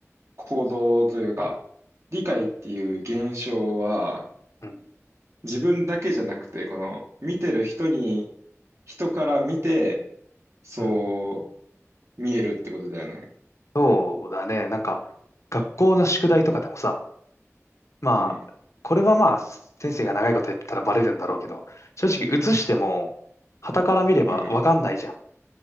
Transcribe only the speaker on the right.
行動というか、理解っていう現象は、
自分だけじゃなくて、この、見てる人に、人から見て、そ
う見えるってことだよね。
うん、
うん。